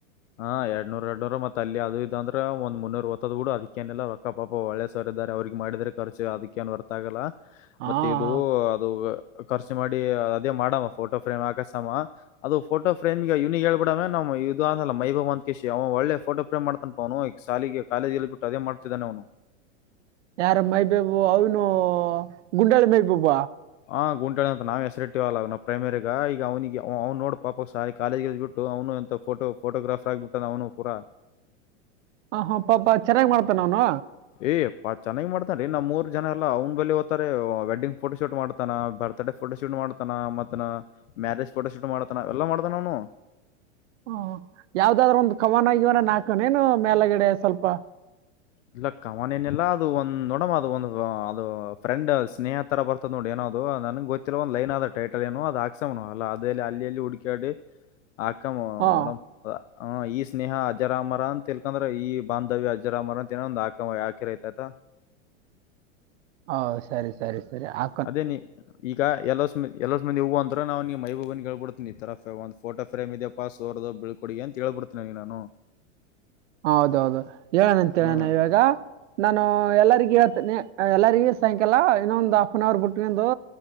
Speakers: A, on the left; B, on the right.
A: ಹ ಎಡ್ಡುೂರ್ ಎರಡ್ನೂರ್ ಮತ್ ಅದು ಇದ ಅಂದ್ರೆಂದ ಮುನ್ನೂರ್ಓತ್ತದ್ ಬಿಡ ಅದಕ್ಕೇಏಲ್ಲ ರೊಕ್ಕ. ಪಾಪ ಒಳ್ಳೆ ಸರ್ ಇದಾರೆ ಅವ್ರಿಗೆ ಮಾಡಿದ್ರ ಖರ್ಚು ಅದಕ್ಕ ಏನ್ ಹೊರ್ತ ಆಗಲ್ಲ
B: ಹಾ
A: ಮತ್ತೆ ಇದು ಅದು. ಖರ್ಚು ಮಾಡಿ ಅದೇ ಮಾಡಮ್ಮ ಫೋಟೋ ಫ್ರೇಮ್ ಹಾಕಸಮ್ಮ. ಅದು ಫೋಟೋಫ್ರೇಮ್ಗೆ ಇವ್ಗೆ ಹೇಳ್ಬಿಡ ಮ ನವು ಇದು. ಮೈಬ ಅಂತ ಕೇಶಿ ಅವ ಒಳ್ಳೆಫೋಟೋಫ್ರೇಮ್ ಮಾಡ್ತಾನಪ ಅವನು ಈಗ್ಸಲಿಗೆ ಕಾಲೇಜ ಎಲ್ಲಿ ಬಿಟ್ಟ ಅದೇ ಮಾಡ್ತಿದ್ದಾನ ಅವನು.
B: ಯಾರ ಮೈಬೇಬು ಅವನು ಗುಂಡಾಳಿ ಮೈಬೇಬ
A: ಆಂ ಗುಂಟನೆ ಅಂತ ನಾವೆ ಹೆಸ್ರ್ ಇಟ್ಟಿವಲ್ಲ ನಾವ್ ಪ್ರೈಮರಿಗ ಈಗ ಅವ್ನಿಗೆ ಅವ್ ನೋಡ್ ಪಾಪ ಸಾಲ ಕಾಲೇಜಗ್ಬಟ್ ಟು ಅವ್ನು ಎಂತ ಫೋಟೋ ಫೋಟೋಗ್ರಾಫ್ ಆಗ್ಬಿಟ್ಟಾನ್ ಅವ್ನು ಪೂರ.
B: ಹ ಹಾ ಪಾಪ ಚೆನ್ನಾಗ್ ಮಾಡ್ತಾನ ಅವ್ನು.
A: ಏ ಪ ಚನ್ನಾಗಿ ಮಾಡ್ತಾನ್ ರೀ ನಮ್ಮ್ ಊರ್ ಜನ ಎಲ್ಲ ಅವ್ನ್ ಬಳ ಓತಾರೆ ವೆಡ್ಡಿಂಗ್ಫೋಟೋ ಶೂಟ್ ಮಾಡ್ ತಾನ ಬರ್ತ್ಡೇ ಫೋಟೋ ಶೂಟ್ ಮಾಡ್ತಾನ ಮತ್ನ ಮ್ಯಾರೇಜ್ ಫೋಟೋ ಶೂಟ್ ಮಾಡ್ತಾನ ಎಲ್ಲಾ ಮಾಡ್ತಾನ ಅವ್ನು.
B: ಹ ಯಾವ್ದಾದ್ರು ಒಂದ್ ಕವನಗಿವನ ನಾಕನೇನು ಮ್ಯಾಲಗಡೆ ಸ್ವಲ್ಪ.
A: ಇಲ್ಲ ಕವನೆನಿಲ್ಲಾ ಅದು ಒಂದ್ ನೋಡಮ್ಮ ಅದು ಒಂದು ಅದು ಫ್ರೆಂಡ್ ಸ್ನೇಹದ್ ತರ ಬರ್ತದ್ ನೋಡ್ ಏನೋ ಅದು ನನಗ್ ಗೊತ್ತಿಲ್ಲ ಒಂದು ಲೈನ್ ಆದ ಟೈಟಲ್ ಏನು ಅದು ಹಾಕ್ಸ ಅಲ್ಲಿ ಇಲ್ಲಿ ಹುಡಕ್ಯಡಿ. ಹಕಮ್ಮು
B: ಹಾಂ
A: ಒಣ. ಈ ಸ್ನೇಹ ಅಜರಾಮರ ಅಂತ ತಿಳ್ಕಂದ್ರೆ ಈ ಬಾಂಧವ್ಯ ಅಜರಾಮರ. ಜನ ಒಂದ್ ಆಕ್ ಯಾಕಿರಿ ಐತ್ ಆತಾ.
B: ಹೌ ಸರಿ ಸರಿ ಸರಿ ಆ
A: ಅದೇ ನೀ ಈಗ ಎಲ್ಲೋಸ್ ಹ್ಮ್ ಎಲ್ಲಸ್ ಮಂದಿ ಹು ಅಂದ್ರ ನಾವ್ ನಿಮ್ ಮೈಬು ಬನ್ ಕೇಳ್ಕೊಡ್ತಿನಿ ಈ ತರ ಫೆ ಒಂದ್ ಫೋಟೊ ಫ್ರಮ್ ಇದೆ ಪ ಸೋರ್ದು ಬಿಳ್ಕ ಕೊಡಿ ಅಂತೇಳ್ಬಡ್ತ್ ಐನ್ ನಾನು.
B: ಹೌದೌದು ಹೇಳ ನಂತೆನ
A: ಹ್ಮ್
B: ಇವಾಗ. ನಾನು ಎಲ್ಲರಿಗ್ ಹೆತೀನಿ ಎಲ್ಲರಿಗ್ ಸಾಯಂಕಾಲ ಇನ್ನೊಂದ್ ಆಫ್ ಅನ್ ಅವರ್ ಬಿಟ್ಕಂದು.